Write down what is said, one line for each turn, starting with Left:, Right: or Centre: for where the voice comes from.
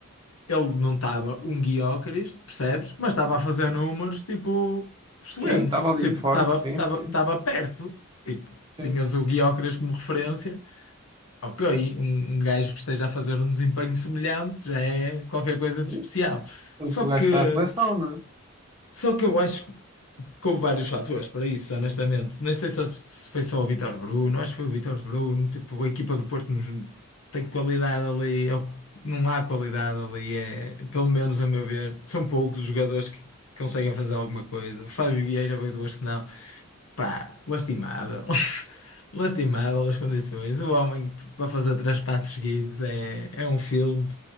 Left: ele não estava um guiócaris, percebes? Mas estava a fazer números, tipo, excelentes,
Right: Sim, estava ali
Left: tipo,
Right: forte,
Left: estava,
Right: sim,
Left: estava,
Right: sim,
Left: estava perto, e
Right: sim.
Left: tinhas o guiócaris como referência ao que aí um, um gajo que esteja a fazer um desempenho semelhante já é qualquer coisa de
Right: E,
Left: especial.
Right: tanto
Left: Só
Right: que o gajo
Left: que,
Right: foi à seleção, não é?
Left: só que eu acho que houve vários fatores para isso, honestamente. Nem sei só se se foi só o Vítor Bruno, acho que foi o Vítor Bruno, tipo, a equipa do Porto nos- tem qualidade ali, é o- não há qualidade ali, é, pelo menos a meu ver, são poucos os jogadores que conseguem fazer alguma coisa. O Fábio Vieira veio do Arsenal. Pá, lastimável. <laughs> Lastimável as condições. O homem para fazer três passos seguidos é, é um filme.